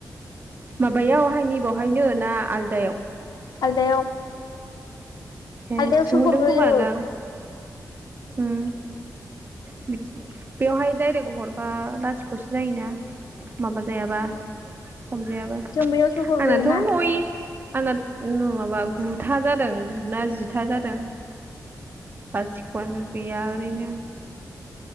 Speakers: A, on the right (about 30°); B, on the left (about 80°).
A: माबायावहाय नै बावहायनो ना आलदायाव?
B: आलदायाव।
A: ए
B: आलदायावसो
A: सोंहरदों
B: हरग्रोयो
A: खोमा दां। उम बिदि बेवहाय दायरेक हरबा लाथिख'सो जायोना। माबा जायाबा हमजायाबा
B: जों बैयाव सहरब्रै
A: आंनाथ'
B: ना
A: नय आंना नङाबा गुथा जादों गुना जिथा जादों। बाथिख खआनो गैया ओरैनो।